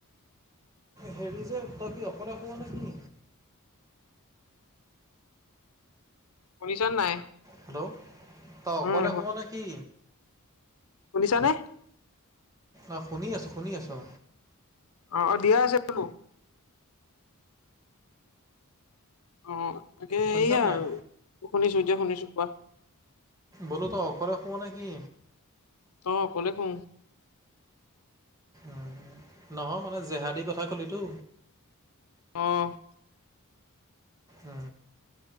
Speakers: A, on the right; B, on the left.
A: হেৰি যে তই কি অকলে শোৱ নে কি।
B: শুনিছ নাই।
A: হেল্ল' তই অকলে
B: উম
A: শুৱ নে কি?
B: শুনিছ নে।
A: অ', শুনি আছো শুনি আছো।
B: অ', অ দিয়া আছে বোলোঁ। অ', তাকে
A: শুনিছ
B: সেয়া আৰু
A: নাই
B: শুনিছো এতিয়া শুনিছো কোৱা।
A: বোলো তই অকলে শুৱ নে কি?
B: অ কলে শু
A: অ নহয় মানে জেহাদীৰ কথা ক'লি টো।
B: অ'।
A: অ